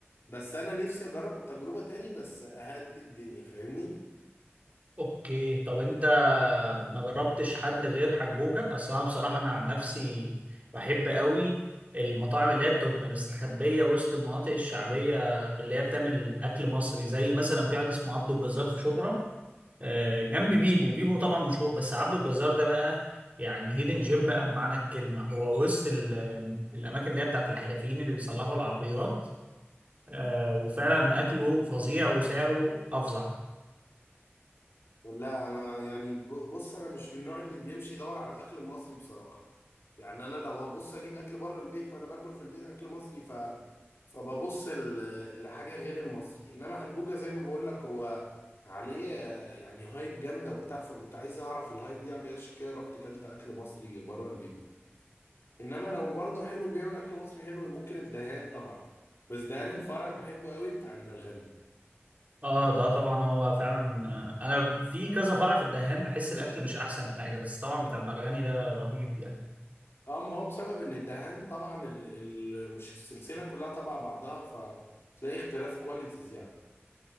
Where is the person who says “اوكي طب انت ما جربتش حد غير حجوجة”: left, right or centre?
Right